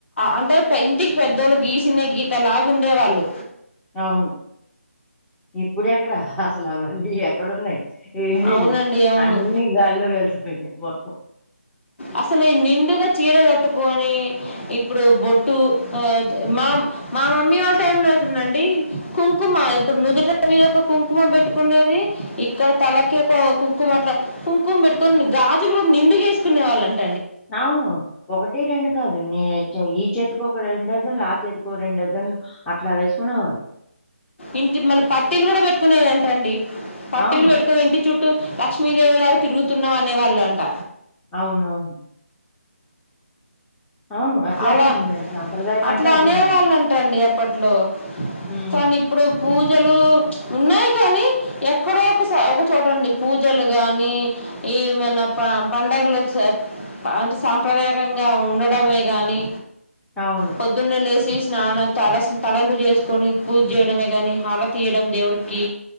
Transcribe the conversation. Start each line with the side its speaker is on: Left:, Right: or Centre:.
Left: అంటే ఇంటికి పెద్దోళ్ళు గీసిందే గీత లాగా ఉండేవాళ్ళు
Centre: అవును ఇప్పుడ ఎక్కడ అసలు అవన్నీ ఎక్కడ ఉన్నాయి ఏమి
Left: అవునండి
Centre: లేవు
Left: అవును
Centre: అన్ని గాలో కలిసిపోయినాయి మొత్
Left: అసలు ఈ నిండుగా చీర కట్టుకొని ఇప్పుడు బొట్టు అ మా మా మమ్మీ వాళ్ళ టైంలో అండి కూ కుంకుమ ఇప్పుడు నుదుటవ ఒక కుంకుమ పెట్టుకునేది ఇక్కడ తలకి ఒక కు కుకు అట్లా కుంకుమ పెట్టుకొని గాజులు కూడా నిండుగేసి చ్ వాళ్లు అం
Centre: అవును ఒకటి రెండు కాదు నే ఈ చేతికో ఒక రెడుజన్లు ఆ చేతికో రెండు డజన్లు అట్లా వేసుకునేవారు
Left: ఇంటి మళ్ళీ పట్టీలు కూడా పెట్టుకునేదం టండి పట్టిలు
Centre: అవును.
Left: పెట్టుకోవింటే చుట్టు లక్ష్మీదేవి లాగా తిరుగుతున్నాం అనే వాళ్ళు అంట
Centre: అవునవును అవును అట్లాగే
Left: అలా
Centre: ఉందండి. సంప్రదాయం
Left: అట్లా
Centre: అంటే అదే
Left: అనేవాళ్ళుంటాండి
Centre: మంది.
Left: అప్పట్లో
Centre: హ్మ్.
Left: కానీ ఇప్పుడు పూజలు ఉన్నాయి కానీ, ఎక్కడో ఒకస ఒక చోటండి పూజలు కానీ, ఏమైనా పండగలు అంటే సాంప్రదాయకంగా ఉండడంమే గానీ
Centre: అవును.
Left: పొద్దునే లేసి స్నాన తల తలంటు చేసుకొని పూజ చేయడమే గాని హారతి ఇవ్వడం దేవుడికి